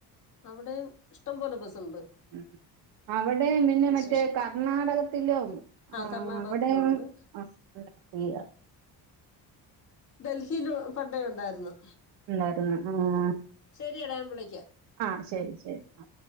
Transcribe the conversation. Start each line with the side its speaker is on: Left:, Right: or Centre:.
Left: അവ്ടെം ഇഷ്ടംപോലെ ബസ്സ് ഇണ്ട്
Right: ഉം അവ്ടെയും പിന്നെ മറ്റേ
Left: ശേഷം
Right: കർണാടകത്തിലും ആ
Left: കർണാടകത്തിലും
Right: അവ്ടെയും
Left: ഉണ്ട്
Right: ആ ഫ്രീയാ
Left: ഡൽഹിൽ പണ്ടേ ഉണ്ടായിരുന്നു
Right: ഇണ്ടായിരുന്നു ആ
Left: ശെരി ഡാ ഞാൻ വിളിക്കാ
Right: ആ ശരി ശരി ആ